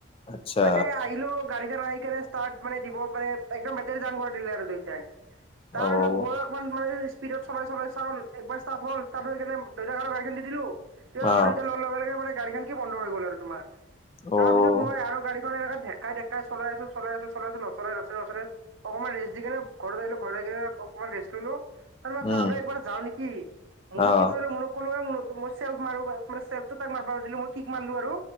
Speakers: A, on the left; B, on the right.
A: আচ্ছা
B: তাকে আহিলো গাড়ীখন আহি কেনে ষ্টাৰ্ট মানে দিব পানে একদম বেতাৰী ডাউন কৰা দিলে আৰু দেউতাই। তাৰপিছত
A: অ',
B: অকমান মানে স্পীডত চলাই চলাই চাও একবাৰ ষ্টাৰ্ট হ'ল, ষ্টাৰ্ট হৈ কিনে দেউতাক আৰু গড়ীখন দি দিলো তেওঁ
A: অ',
B: আৰু দেউতা লোৱাৰ লগে লগে মানে গাড়ী খন কি বন্ধ হৈ গ'ল আৰু তোমাৰ। তাৰ
A: অ',
B: পিছত মই আৰু গাড়ীখন এনেকে ঢেকাই ঢেকাই চলাই আছো, চলাই আছো, চলাই আছো নচলে-নচলে-নচলে অকমান ৰেষ্ট দি কেনে ঘৰত আহিলো ঘৰত আহ কিনে অকমান ৰেষ্ট লৈলো। তাৰপিছত
A: উম,
B: আৰু এবাৰ যাওঁ নেকি, মুনুক
A: অ',
B: কি কৰিলো মুনুক কলো এ মুনু মই চেল মাৰো চেল্টো তাইক মাৰ দিলো মই কি মাৰিলো আৰু